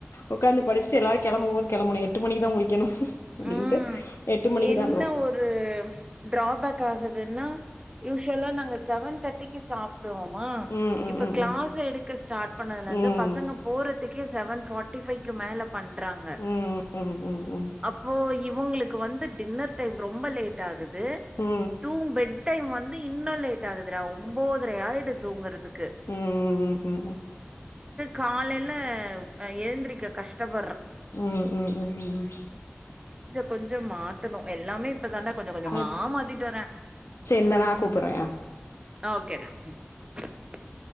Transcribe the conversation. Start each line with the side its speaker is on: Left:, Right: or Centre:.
Left: உக்காந்து படிச்சுட்டு எல்லாரு கெளம்பும் போது கெளம்பணு எட்டு மணிக்குதா முடிக்கணு அப்டின்ட்டு
Right: ம்
Left: மணிக்கு
Right: என்ன
Left: தான் போவோம்.
Right: ஒரு டிராபேக் காகுதுன்னா யூஸ்வலா நாங்க செவன் தேர்ட்டிக்கு சா ப்டுவோமா
Left: ம் ம்
Right: இப்ப
Left: ம்
Right: கிளாஸ் எடுக்க ஸ்டார்ட் பண்ணதுல இருந்து
Left: ம்
Right: பசங்க போறதுக்கே செவன் ஃபார்டி ஃபைவ்க்கு மேல பண்றாங்க
Left: ம் ம் ம் ம்
Right: அப்போ இவ் வுங்களுக் கு வந்து டின்னர் டைம் ரொம்ப லேட் ஆகு து
Left: ம் ம் ம்
Right: தூங் பெட் டைம் வந்து இன்னு லேட் ஆகுதுரா ஒம்போதரை ஆயிடு தூங்கறது
Left: ம் ம் ம் ம் ம்
Right: காலைல அ எழுந்திரிக்க கஷ்டப்ப
Left: ம் ம் ம் ம்
Right: கொஞ்ச மாத்தணு எல்லாமே இப்பதாண்டா கொஞ்ச கொஞ்சமா
Left: ஆ
Right: மாத்திட்டு வரே
Left: சரி இந்தா நா கூப்புட்றே
Right: ஓகேடா. ம்